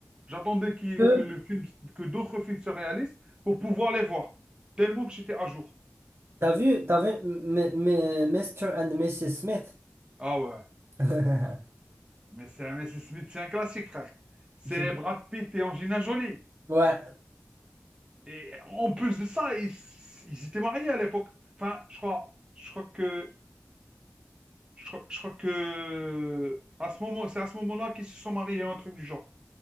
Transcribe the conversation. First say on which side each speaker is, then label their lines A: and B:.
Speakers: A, on the right; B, on the right.
A: J'attendais qu'il-
B: Que-
A: que le film, que d'autres films se réalisent pour pouvoir les voir. Tellement que j'étais à jour.
B: T'as vu, t'as vu M- M- M- Mr. and Mrs. Smith?
A: Ah ouais,
B: <laughs>
A: mais c'est mais c'est Smith, c'est un classique, frère. C'est
B: Je-
A: Brad Pitt et Angelina Jolie.
B: Ouais.
A: Et en plus de ça, ils, ils étaient mariés à l'époque. Enfin, je crois, je crois que, je crois, je crois que à ce moment, c'est à ce moment-là qu'ils se sont mariés, un truc du genre.